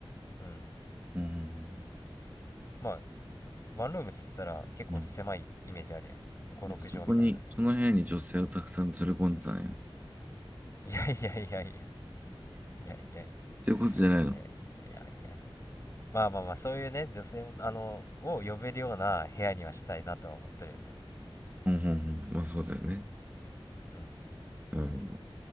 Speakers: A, on the left; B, on the right.
A: うん。
B: うん。
A: まあ、ワンルームっつったら結構狭いイメージあるやん。
B: うん。
A: 5、
B: じゃあそこに、
A: 6畳みたいな。
B: その部屋に女性をたくさん連れ込んでたんや。
A: <laughs> いやいやいやいや。いやいやいやいやいや
B: そういうことじゃないの。
A: いやいや。まあまあまあ、そういうね、女性も、あの、を呼べるような部屋にはしたいなとは思ってるよね。
B: うん。うん。うんまあそうだよね。
A: うん。
B: うん。